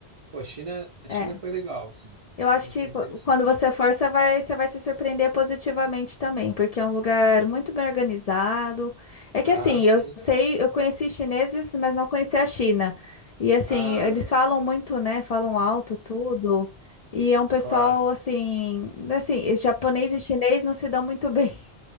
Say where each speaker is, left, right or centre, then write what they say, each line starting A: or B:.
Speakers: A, on the right (about 60°); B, on the left (about 55°).
A: Pô, a China, a China
B: É.
A: foi legal, assim.
B: Eu acho
A: A China
B: que
A: foi
B: qu-
A: interessante.
B: quando você for, você vai, você vai se surpreender positivamente também, porque é um lugar muito bem organizado. É
A: Ah,
B: que assim,
A: sim.
B: eu sei, eu conheci chineses, mas não conheci a China. E assim,
A: Ah,
B: eles falam muito, né? Falam alto tudo. E é um pessoal
A: claro.
B: assim, assim, e japonês e chinês não se dão muito bem.